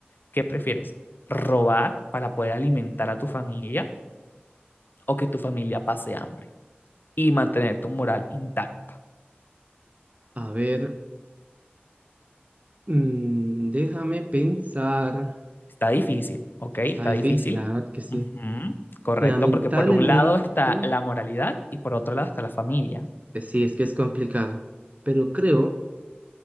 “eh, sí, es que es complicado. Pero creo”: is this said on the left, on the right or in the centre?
Right